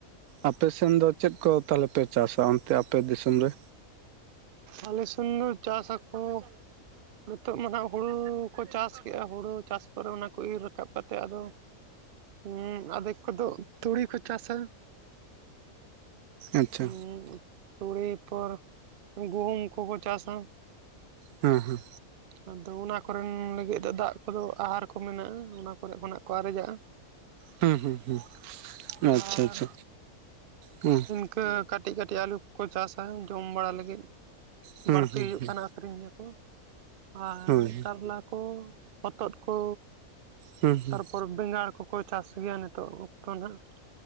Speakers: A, on the right; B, on the right.
A: ᱟᱯᱮ ᱥᱮᱱ ᱫᱚ ᱪᱮᱫ ᱠᱚ ᱛᱟᱞᱮ ᱯᱮ ᱪᱟᱥᱟ ᱚᱱᱛᱮ ᱟᱯᱮ ᱫᱤᱥᱚᱢ ᱨᱮ᱾
B: ᱟᱞᱮ ᱥᱮᱱ ᱫᱚ ᱪᱟᱥ ᱟᱠᱚ, ᱱᱤᱛᱚᱜ ᱢᱟ ᱟᱜ ᱦᱩᱲᱩ ᱠᱚ ᱪᱟᱥ ᱠᱮᱫᱼᱟ ᱦᱩᱲᱩ ᱪᱟᱥ ᱯᱚᱨᱮ ᱚᱱᱟ ᱠᱚ ᱤᱨ ᱨᱟᱠᱟᱵ ᱠᱟᱛᱮ ᱟᱫᱚ᱾ ᱦᱮᱸ ᱟᱫᱷᱮᱠ ᱠᱚᱫᱚ ᱛᱩᱲᱤ ᱠᱚ ᱪᱟᱥᱟ
A: ᱟᱪᱪᱷᱟ
B: ᱦᱩᱸ ᱛᱩᱲᱤ ᱯᱚᱨ, ᱜᱩᱦᱩᱢ ᱠᱚᱠᱚ ᱪᱟᱥᱟ
A: ᱦᱮᱸ ᱦᱮᱸ
B: ᱟᱫᱚ ᱚᱱᱟ ᱠᱚ ᱨᱮᱱ ᱞᱟᱹᱜᱤᱫ ᱫᱚ ᱫᱟᱜ ᱠᱚᱫᱚ ᱟᱦᱟᱨ ᱠᱚ ᱢᱮᱱᱟᱜᱼᱟ ᱚᱱᱟ ᱠᱚᱨᱮ ᱠᱷᱚᱱᱟᱜ ᱠᱚ ᱟᱨᱮᱡᱟᱜᱼᱟ᱾
A: ᱦᱩᱸ ᱦᱩᱸ ᱦᱩᱸ ᱟᱪᱪᱷᱟ
B: ᱟᱨ
A: ᱟᱪᱪᱷᱟ ᱦᱩᱸ,
B: <unintelligible> ᱠᱟᱹᱴᱤᱡ ᱠᱟᱹᱴᱤᱡ ᱟᱹᱞᱩ ᱠᱚᱠᱚ ᱪᱟᱥᱟ ᱡᱚᱢ ᱵᱟᱲᱟ ᱞᱟᱹᱜᱤᱫ
A: ᱦᱩᱸ
B: ᱵᱟᱹᱲᱛᱤ
A: ᱦᱩᱸ
B: ᱦᱩᱭᱩᱜ
A: ᱦᱩᱸ
B: ᱠᱟᱱᱟ ᱟᱨ ᱟᱹᱠᱨᱤᱧ ᱟᱠᱚ ᱟᱨ
A: ᱦᱳᱭ
B: ᱠᱟᱨᱞᱟ ᱠᱚ ᱦᱚᱛᱚᱫ ᱠᱚ᱾
A: ᱦᱩᱸᱦᱩᱸ
B: ᱯᱚᱨᱚᱵᱽ ᱵᱮᱸᱜᱟᱲ ᱠᱚᱠᱚ ᱪᱟᱥ ᱜᱮᱭᱟ ᱱᱤᱛᱚᱜ ᱚᱠᱛᱚ ᱱᱟᱦᱟᱜ᱾